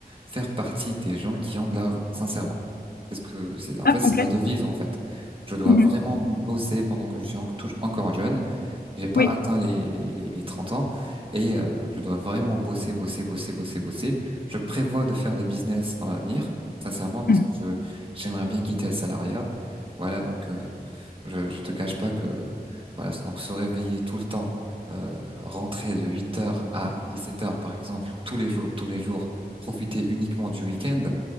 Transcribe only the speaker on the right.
faire partie des gens qui ont de l'argent, sincèrement. Parce que c'est en
fait c'est
ma devise en fait. Je dois
vraiment bosser pendant que je suis en- tou- encore jeune. J'ai pas
atteint les, les, les, les 30 ans et euh, je dois vraiment bosser, bosser, bosser, bosser, bosser. Je prévois de faire des business dans l'avenir, sincèrement, parce
que je, j'aimerais bien quitter le salariat. Voilà, donc euh, je, je te cache pas que voilà, donc se réveiller tout le temps, euh, rentrer de 8 heures à 17 heures, par exemple, tous les jours, tous les jours, profiter uniquement du week-end,